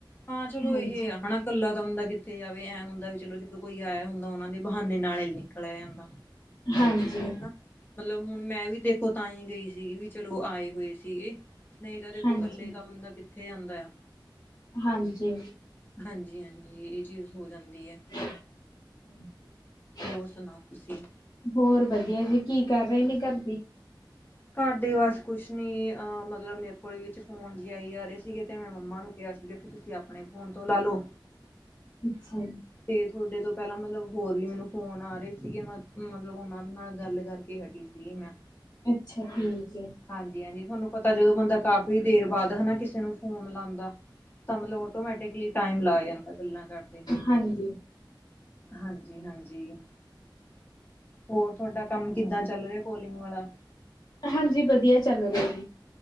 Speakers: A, on the left; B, on the left.
A: ਹਾਂ ਚਲੋ
B: ਹਾਂਜੀ
A: ਇਹ ਇਕੱਲਾ ਤਾਂ ਬੰਦਾ ਕਿੱਥੇ ਜਾਵੇ ਐਂ ਹੁੰਦਾ ਵੀ ਚਲੋ ਜਦੋਂ ਕੋਈ ਆਇਆ ਹੁੰਦਾ ਉਹਨਾਂ ਦੇ ਬਹਾਨੇ ਨਾਲੇ ਨਿਕਲਿਆ ਜਾਂਦਾ।
B: ਹਾਂਜੀ।
A: ਹਨਾ। ਮਤਲਬ ਹੁਣ ਮੈਂ ਵੀ ਦੇਖੋ ਤਾਂਹੀ ਗਈ ਸੀਗੀ ਵੀ ਚਲੋ ਆਏ ਹੋਏ ਸੀਗੇ। ਨਹੀਂ ਤਾਂ ਦੇਖੋ
B: ਹਾਂਜੀ
A: ਇਕੱਲੇ ਤਾਂ ਬੰਦਾ ਕਿੱਥੇ ਜਾਂਦਾ ਆ।
B: ਹਾਂਜੀ।
A: ਹਾਂਜੀ- ਹਾਂਜੀ ਇਹ ਚੀਜ਼ ਹੋ ਜਾਂਦੀ ਹੈ।
B: <inaudible>
A: ਹੋਰ ਸੁਣਾਓ ਤੁਸੀਂ?
B: ਹੋਰ ਵਧੀਆ ਜੀ, ਕੀ ਕਰ ਰਹੇ ਨੇ ਘਰਦੇ?
A: ਘਰ ਦੇ ਬਸ ਕੁਛ ਨੀ ਅ ਮਤਲਬ ਮੇ ਕੋਈ ਵਿੱਚ ਫੋਨ ਜੇ ਆਈ ਜਾ ਰਹੇ ਸੀਗੇ ਤੇ ਮੈਂ ਮੰਮਾ ਨੂੰ ਕਿਹਾ ਸੀਗਾ ਕਿ ਤੁਸੀਂ ਆਪਣੇ ਫੋਨ ਤੋਂ ਲਾ ਲੋੋ।
B: ਅੱਛਾ ਜੀ।
A: ਤੇ ਥੋਡੇ ਤੋਂ ਪਹਿਲਾਂ ਮਤਲਬ ਹੋਰ ਵੀ ਮੈਨੂੰ ਫੋਨ ਆ ਰਹੇ ਸੀਗੇ ਮਤ ਮ ਮਤਲਬ ਉਹਨਾਂ ਦੇ ਨਾਲ ਗੱਲ ਕਰਕੇ ਹਟੀ ਸੀ ਮੈਂ
B: ਅੱਛਾ, ਠੀਕ ਐ
A: ਹਾਂਜੀ- ਹਾਂਜੀ ਥੋਨੂੰ ਪਤਾ ਜਦੋਂ ਬੰਦਾ ਕਾਫ਼ੀ ਦੇਰ ਬਾਅਦ ਹਨਾ ਕਿਸੇ ਨੂੰ ਫੋਨ ਲਾਉਂਦਾ। ਤਾਂ ਮਤਲਬ ਆਟੋਮੈਟਿਕਲੀ ਟਾਈਮ ਲੱਗ ਜਾਂਦਾ ਗੱਲਾਂ ਕਰਦੇ।
B: ਹਾਂਜੀ।
A: ਹਾਜੀ- ਹਾਜੀ। ਹੋਰ ਤੁਹਾਡਾ ਕੰਮ ਕਿੱਦਾਂ ਚੱਲ ਰਿਹਾ ਕੋਲਿੰਗ ਵਾਲਾ
B: ਹਾਂਜੀ ਵਧੀਆ ਚੱਲ ਰਿਹਾ ਜੀ।